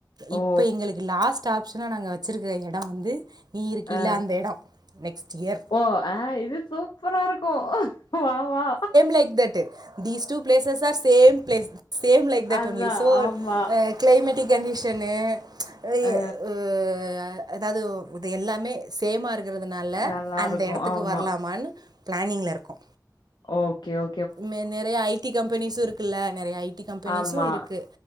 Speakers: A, on the left; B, on the right.
A: ஓ
B: இப்ப எங்களுக்கு லாஸ்ட் ஆப்ஷனா நாங்க வச்சிருக்கற இடம் வந்து நீ இருக்கில
A: ஆ
B: அந்த இட நெக்ஸ்ட் இயர்
A: ஓ ஆ இது சூப்பரா இருக்கு வா வா
B: like that these two places are same place same like that
A: அதுதா
B: only சோ
A: ஆமா
B: ஆ கிளைமேட்டு கண்டிஷன்னு இ
A: அ
B: ஆ அதாவது ஒ இது எல்லாமே சேமா இருக்கிறதுனால
A: நல்லா
B: அந்த
A: இருக்கு
B: இடத்துக்கு
A: ஆமா
B: வரலாமான்னு பிளானிங்ல்ல இருக்கோ
A: ஓகே ஓ
B: ம நெறய ஐ டி கம்பெனிஸ்ஸு இருக் பிள்ள நெறய ஐ டி கம்பெனிஸ்சு
A: ஆமா
B: இருக்கு